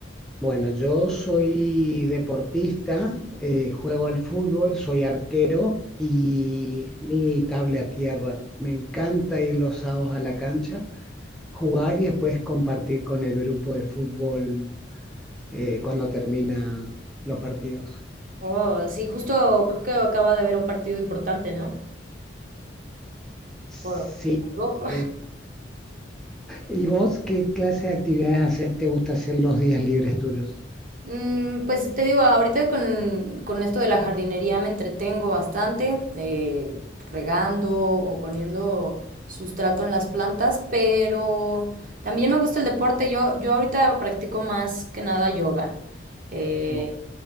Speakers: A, in the centre; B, on the right.
A: Bueno, yo soy deportista, eh, juego al fútbol, soy arquero y mi cable a tierra. Me encanta ir los sábados a la cancha jugar y después compartir con el grupo de fútbol eh, cuando termina los partidos.
B: Oh, sí, justo creo que acaba de haber un partido importante, ¿no?
A: Sí.
B: Oro, ¿me equivoco?
A: eh, ¿y vos qué clase de actividades haces? ¿Te gusta hacer los días libres tuyos?
B: Mm, pues te digo, ahorita con, con esto de la jardinería me entretengo bastante, eh, regando o poniendo sustrato en las plantas, pero también me gusta el deporte. Yo, yo ahorita practico más que nada yoga. Eh,
A: Wow,